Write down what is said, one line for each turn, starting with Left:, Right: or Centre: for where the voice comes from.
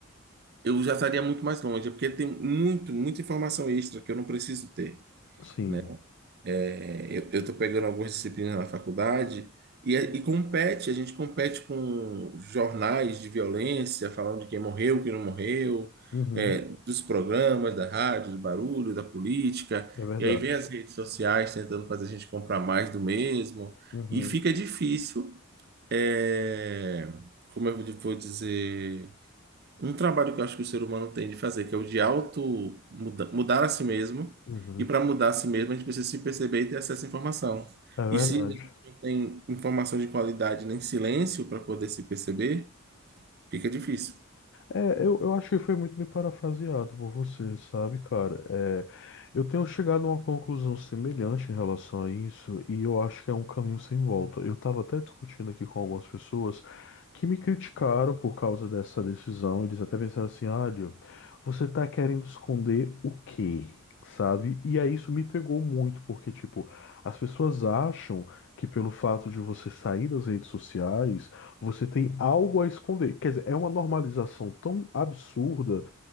Right: eu já estaria muito mais longe, porque tem muito, muita informação extra que eu não preciso ter,
Left: Sim,
Right: né? É, eu estou pegando algumas disciplinas na faculdade e, e compete, a gente compete com jornais de violência, falando de quem morreu, quem não morreu,
Left: uhum,
Right: é, dos programas, da rádio, do barulho, da política,
Left: é verdade.
Right: e aí vem as redes sociais tentando fazer a gente comprar mais do mesmo,
Left: uhum.
Right: e fica difícil é, como eu vou dizer, um trabalho que eu acho que o ser humano tem de fazer, que é o de auto muda- mudar a si mesmo.
Left: Uhum,
Right: E para mudar a si mesmo, a gente precisa se perceber e ter acesso à informação.
Left: é verdade.
Right: E se a gente não tem informação de qualidade nem silêncio para poder se perceber, fica difícil.
Left: É, eu, eu acho que foi muito bem parafraseado por você, sabe, cara? É, eu tenho chegado a uma conclusão semelhante em relação a isso, e eu acho que é um caminho sem volta. Eu estava até discutindo aqui com algumas pessoas que me criticaram por causa dessa decisão. Eles até pensaram assim: olha, você tá querendo esconder o quê? Sabe? E aí isso me pegou muito, porque, tipo, as pessoas acham que pelo fato de você sair das redes sociais. Você tem algo a esconder. Quer dizer, é uma normalização tão absurda